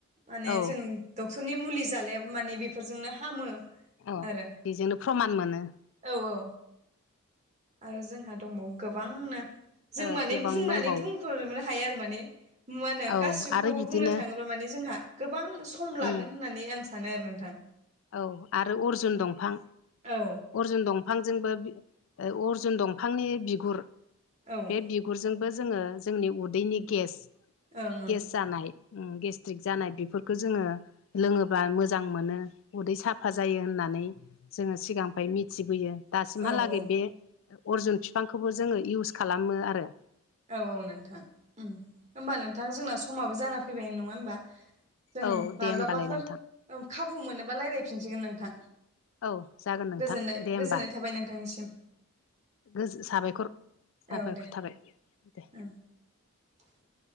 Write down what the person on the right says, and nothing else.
माने
जों डक्टरनि मुलि जालाय माने बेफोरजोंनो हामो
आरो
औ औ आरो जोंहा दंबावो गोबांनो जों
माने
बुंनानै
बुंखनो हायो आरो माने मा होनो
गासिबखौबो
बुंनो थाङोब्ला माने जोंहा गोबां सम लागोन
होननानै आं सानो आरो नोंथां
औ
औ ओं
ओं
औ औ
औ औ नोंथां होनोमबा नोंथां जोंना समाबो जाना फैबाय नङा होमबा जों
माब्लाबाफोर
खाबु मोनोबा रायज्लायफिनसिगोन नोंथां
गोजोननाय
गोजोननाय थाबाय नोंथांनिसिम
औ दे
<inaudible>